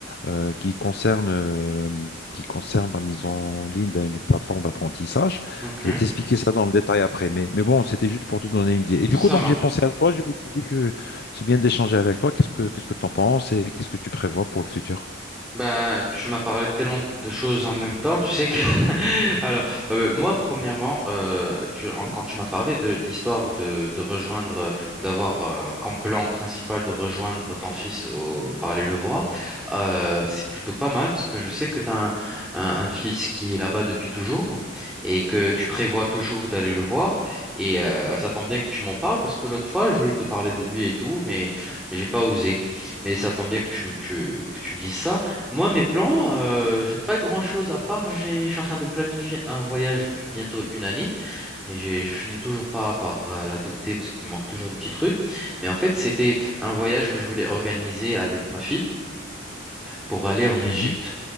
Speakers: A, on the left (about 55°); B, in the centre.
A: euh, qui concerne, euh, qui concerne la mise en ligne d'un- d'une plateforme d'apprentissage.
B: ok.
A: Je vais t'expliquer ça dans le détail après, mais, mais bon, c'était juste pour te donner une idée. Et du
B: Ça
A: coup, donc,
B: marche.
A: j'ai pensé à toi, je me suis dit que c'est bien d'échanger avec toi. Qu'est-ce que, qu'est-ce que tu en penses et qu'est-ce que tu prévois pour le futur?
B: Ben, tu m'as parlé de tellement de choses en même temps, tu sais que... <laughs> Alors, euh, moi, premièrement, euh, tu- en- quand tu m'as parlé de l'histoire de, de rejoindre, euh, d'avoir euh, comme plan principal de rejoindre ton fils au, par aller le voir, euh, c'est plutôt pas mal parce que je sais que tu as un, un- un fils qui est là-bas depuis toujours et que tu prévois toujours d'aller le voir. Et euh, ça tombe bien que tu m'en parles parce que l'autre fois, je voulais te parler de lui et tout, mais, mais j'ai pas osé. Mais ça tombe bien que tu, me- tu, que tu dises ça. Moi, mes plans, euh, j'ai pas grand-chose à part. J'ai, je suis en train de planifier un voyage depuis bientôt une année, mais j'ai, je finis toujours pas par euh, l'adopter parce qu'il me manque toujours des petits trucs. Mais en fait, c'était un voyage que je voulais organiser avec ma fille pour aller en Égypte.
A: Mhm.